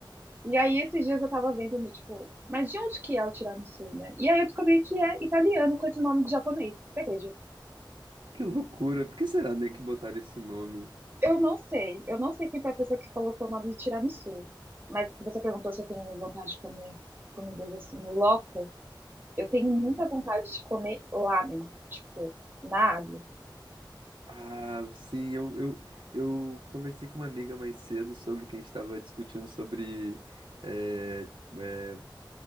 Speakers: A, on the right; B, on the right.
A: E aí esses dias eu tava vendo, no, tipo, mas de onde que é o tiramisu, né? E aí eu descobri que é italiano com esse nome de japonês, você acredita?
B: Que loucura. Por que será, né, que botaram esse nome?
A: Eu não sei. Eu não sei quem foi a pessoa que colocou o nome de tiramisu. Mas você perguntou se eu tenho vontade de comer comidas assim, loco. Eu tenho
B: Uhum.
A: muita vontade de comer lamen, tipo, na Ásia.
B: Ah, sim, eu, eu, eu conversei com uma amiga mais cedo sobre que a gente estava discutindo sobre eh, eh,